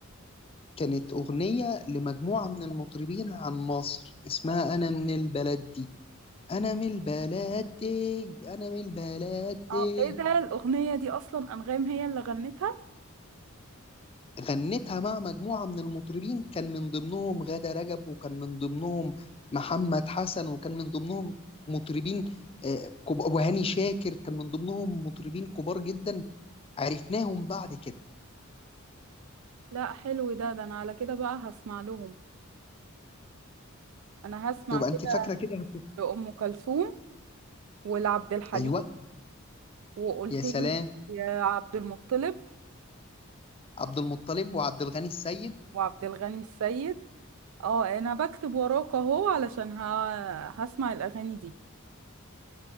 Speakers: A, on the left (about 25°); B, on the right (about 75°).
A: كانت أغنية لمجموعة من المطربين عن مصر اسمها أنا من البلد دي أنا من البلد دي أنا من البلد
B: اه
A: دي
B: ايه ده الأغنية دي أصلا أنغام هي اللي غنتها
A: غنتها مع مجموعة من المطربين كان من ضمنهم غادة رجب وكان من ضمنهم محمد حسن وكان من ضمنهم مطربين آه، كب- وهاني شاكر كان من ضمنهم مطربين كبار جدا عرفناهم بعد كده
B: لا حلو ده ده انا على كده بقى هسمع لهم انا هسمع
A: يبقى
B: كده
A: انت فاكرة كده هت-
B: لأم كلثوم ولعبد الحليم
A: ايوه
B: وقلت
A: يا سلام
B: لي يا عبد المطلب
A: عبد المطلب وعبد الغني السيد
B: وعبد الغني السيد اه انا بكتب وراك اهو علشان ه... هسمع الاغاني دي